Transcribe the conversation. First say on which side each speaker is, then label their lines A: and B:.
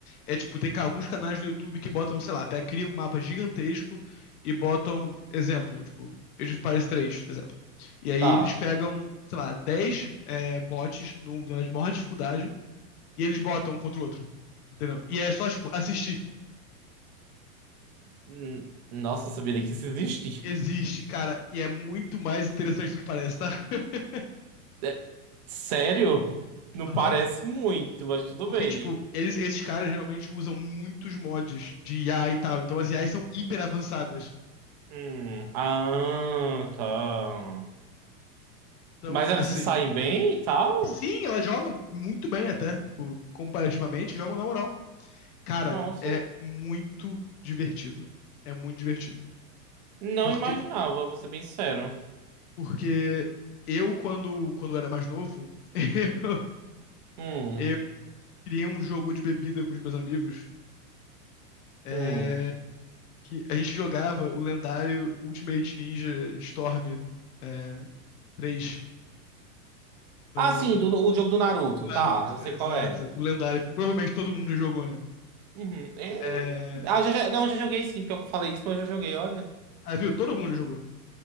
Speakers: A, on the left; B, on the right.
A: É tipo, tem ca- alguns canais do YouTube que botam, sei lá, pega, criam um mapa gigantesco e botam, exemplo, tipo, Age of Empires 3, exemplo. E aí
B: Tá.
A: eles pegam, sei lá, 10 é, bots no- na maior dificuldade e eles botam um contra o outro. Entendeu? E é só, tipo, assistir.
B: Hum, Nossa, eu sabia nem que isso existe.
A: Existe, cara, e é muito mais interessante do que parece, tá? <laughs>
B: É, sério? <laughs> Não parece
A: Aham.
B: muito, mas tudo
A: Porque,
B: bem.
A: tipo, eles, esses caras geralmente usam muitos mods de IA e tal. Então as IAs são hiper avançadas.
B: Hum, ah, tá.
A: Então,
B: Mas elas
A: assim.
B: se saem bem e tal?
A: Sim, elas jogam muito bem até. Tipo, comparativamente, jogam na moral. Cara,
B: Nossa,
A: é muito divertido. É muito divertido.
B: não
A: Porque,
B: imaginava, vou ser bem sincero.
A: porque eu, quando, quando era mais novo, <laughs> eu,
B: Hum,
A: eu criei um jogo de bebida com os meus amigos. É,
B: hum.
A: que a gente jogava o lendário Ultimate Ninja Storm é, 3 no
B: Ah, sim,
A: no
B: do, o jogo do Naruto,
A: Naruto,
B: tá, eu sei qual
A: exato.
B: é.
A: O lendário, que provavelmente todo mundo já jogou, né?
B: Uhum. É...
A: É,
B: Ah, eu já, já- não, eu já joguei sim. Pior que eu falei isso, mas eu já joguei, olha.
A: ah, viu? Todo mundo já jogou.